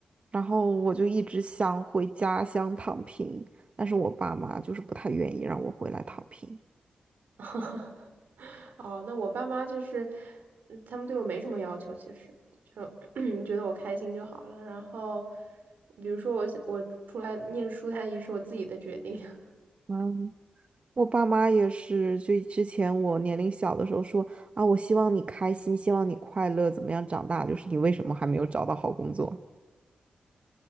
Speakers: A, on the right; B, on the right.
A: 然后我就一直想回家乡躺平，但是我爸妈就是不太愿意让我回来躺平。
B: <laughs> 哦，那我爸妈就是，嗯他们对我没什么要求，其实就 <clears throat> 觉得我开心就好了。然后，比如说我想我出来念书，它也是我自己的决定。<laughs>
A: 嗯。我爸妈也是，就之前我年龄小的时候说啊，我希望你开心，希望你快乐，怎么样长大？就是你为什么还没有找到好工作？